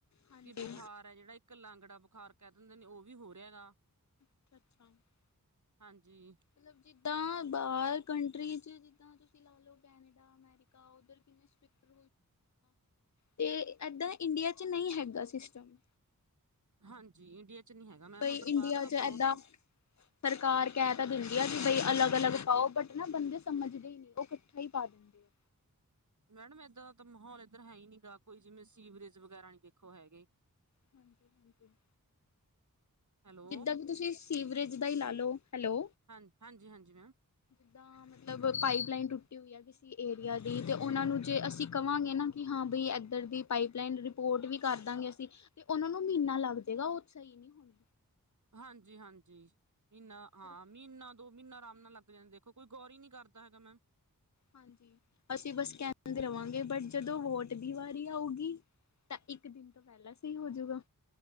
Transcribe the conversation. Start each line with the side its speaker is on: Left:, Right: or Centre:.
Left: ਹਾਂਜੀ
Right: ਕਿ ਬੁਖਾਰ ਐ ਜੇੜਾ ਇੱਕ ਲਾਂਗੜਾ ਬੁਖਾਰ ਕਹਿ ਦਿੰਦੇ ਨੇ ਉਹ ਵੀ ਹੋ ਰਿਹਾ ਗਾ।
Left: <inaudible>
Right: ਹਾਂਜੀ।
Left: ਮਤਲਬ ਜਿੱਦਾਂ ਬਾਹਰ ਕੰਟਰੀ 'ਚ ਜਿੱਦਾਂ ਤੁਸੀਂ ਲਾ ਲੋ ਕੈਨੇਡਾ, ਅਮੈਰੀਕਾ <inaudible> 'ਤੇ ਏਦਾਂ ਇੰਡੀਆ 'ਚ ਨਈ ਹੈਗਾ ਸ਼ਿਸ਼ਟਮ।
Right: ਹਾਂਜੀ ਇੰਡੀਆ ਚ ਨਹੀਂ ਹੈਗਾ ਮੈਮ
Left: ਬਈ
Right: ਉੱਧਰ
Left: ਇੰਡੀਆ
Right: ਬਾਹਰ ਤਾਂ
Left: 'ਚ
Right: ਬਹੁਤ
Left: ਏਦਾਂ ਸਰਕਾਰ ਕਹਿ ਤਾਂ ਦਿੰਦੀ ਆ ਵੀ ਬਈ ਅਲੱਗ-ਅਲੱਗ ਪਾਓ ਬਟ ਨਾ ਬੰਦੇ ਸਮਝਦੇ ਇ ਉਹ ਇਕੱਠਾ ਈ ਪਾ ਆ
Right: ਮੈਡਮ ਏਦਾਂ ਦਾ ਤਾਂ ਮਾਹੌਲ ਇੱਧਰ ਹੈ ਈ ਨੀ ਗਾ ਕੋਈ ਜਿਵੇਂ ਸੀਵਰੇਜ ਵਗੈਰਾ ਨੀ ਦੇਖੋ ਹੈਗੇ
Left: ਹਾਂਜੀ-ਹਾਂਜੀ
Right: ਹੈਲੋ
Left: ਜਿੱਦਾਂ ਕਿ ਤੁਸੀਂ ਸੀਵਰੇਜ ਦਾ ਈ ਲਾ ਲਓ ਹੈਲੋ
Right: ਹਾਂ ਹਾਂਜੀ ਹਾਂਜੀ ਮੈਮ
Left: ਜਿੱਦਾਂ ਮਤਲਬ ਪਾਈਪ ਲਾਈਨ ਟੁੱਟੀ ਹੋਈ ਹੈ ਕਿਸੀ ਏਰੀਆ ਦੀ ਤੇ ਉਹਨਾਂ ਨੂੰ ਜੇ ਅਸੀਂ ਕਵਾਂਗੇ ਨਾ ਕਿ ਹਾਂ ਬਈ ਇੱਧਰ ਦੀ ਪਾਈਪ ਲਈਨ ਰਿਪੇ ਸਪੋਰਟ ਵੀ ਕਰਦਾਂਗੇ ਅਸੀਂ ਤੇ ਉਹਨਾਂ ਨੂੰ ਮਹੀਨਾ ਲੱਗ ਜਾਏਗਾ ਉਹ ਸਹੀ ਨਹੀਂ ਹੋਣੀ
Right: ਹਾਂਜੀ-ਹਾਂਜੀ ਮਹੀਨਾ ਹਾਂ
Left: ਸਰ
Right: ਮਹੀਨਾ ਦੋ ਮਹੀਨਾ ਆਰਾਮ ਨਾਲ ਲੱਗ ਜਾਂਦੇ ਦੇਖੋ ਕੋਈ ਗੌਰ ਹੀ ਨੀ ਕਰਦਾ ਹੈਗਾ ਮੈਮ
Left: ਹਾਂਜੀ ਅਸੀਂ ਬਸ ਕਹਿੰਦੇ ਰਵਾਂਗੇ ਬਟ ਜਦੋਂ ਵੋਟ ਦੀ ਵਾਰੀ ਆਊਗੀ ਤਾਂ ਇੱਕ ਦਿਨ ਤੋਂ ਪਹਿਲਾਂ ਸਹੀ ਹੋਜੂਗਾ